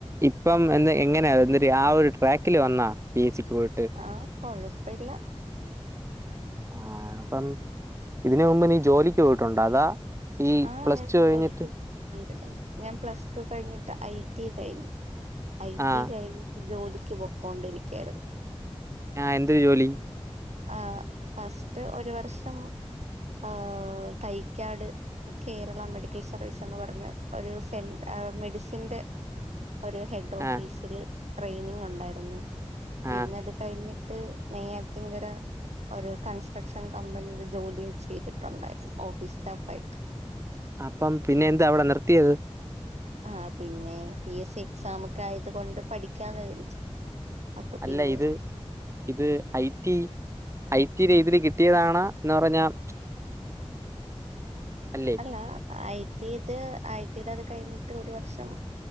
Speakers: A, on the right (about 25°); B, on the right (about 90°).
A: ഇപ്പം എ എങ്ങനാ എന്നിട്ട ആ ഒരു ട്രാക്കിൽ വന്നാ പി എസ് സിക്ക് പോയിട്ട്
B: ആഹ് കൊഴപ്പില്ല
A: ആഹ് അപ്പം ഇതിന് മുമ്പ് നീ ജോലിക്ക് പോയിട്ടുണ്ടോ അതാ ഈ
B: ആഹ്
A: പ്ലസ്
B: ഞാൻ അങ്ങനെ
A: ടു കഴിഞ്ഞിട്ട്?
B: ജോലിക്ക് പോയിട്ടില്ല ഞാൻ പ്ലസ് ടു കഴിഞ്ഞിട്ട് ഐ ടി ഐ കഴിഞ്ഞു ഐ
A: ആ
B: ടി ഐ കഴിഞ്ഞ് ജോലിക്ക് പൊക്കോണ്ടിരിക്കാണ്
A: ആഹ് എന്ത ജോലി
B: ആ ഫസ്റ്റ് ഒരു വർഷം ആഹ് തയ്ക്കാട് കേരള മെഡിക്കൽ സർവീസ് എന്ന് പറഞ്ഞ ഒരു സെ മെഡിസിന്റെ ഒരു ഓഫീസിൽ
A: ആ
B: ട്രെയിനിങ് ഉണ്ടായിരുന്നു പിന്നെ
A: ആ
B: അത് കഴിഞ്ഞിട്ട് ന യ്യാറ്റിൻകര ഒരു കൺസ്ട്രക്ഷൻ കമ്പനിയൽ ജോലി ചെയ്തിട്ടുണ്ടായിരുന്നു ഓഫീസ് സ്റ്റാഫ് ആയിട്ട്
A: അപ്പം പിന്നെ എന്താ അവിടെ നിർത്തിയത്
B: ആ പിന്നെ പി എസ് സി എക്സാമൊക്കെ ആയത് കൊണ്ട് പഠിക്കാന്ന് കരുതി അപ്പൊ
A: അല്ല
B: പിന്നെ
A: ഇത് ഇത് ഐ ടി ഐടി രീതിൽ കിട്ടിയതാണ എന്ന് പറഞ്ഞാൽ അ
B: അല്ല ഐ ടി ഇത് ഐടിയുടെ അത് കഴിഞ്ഞിട്ട് ഒരു വർഷം